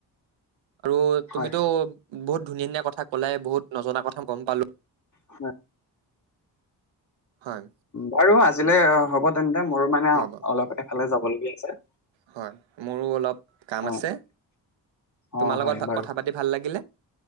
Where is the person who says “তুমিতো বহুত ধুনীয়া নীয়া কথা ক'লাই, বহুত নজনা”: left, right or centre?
Right